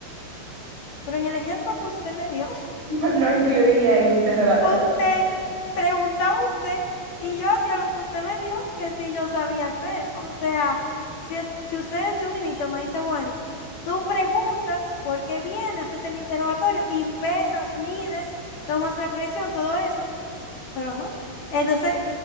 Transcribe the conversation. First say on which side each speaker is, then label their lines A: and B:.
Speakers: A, on the left; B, on the right.
A: pero en el ejemplo que usted me dio,
B: No incluía el interrogatorio.
A: usted preguntaba usted y yo hacía lo que usted me dijo que sí yo sabía hacer. O sea, si, es- si usted desde un inicio me dice, bueno, tú preguntas por qué vienes, haces el interrogatorio y pesas, mides, tomas la presión, todo eso, pero no. Entonces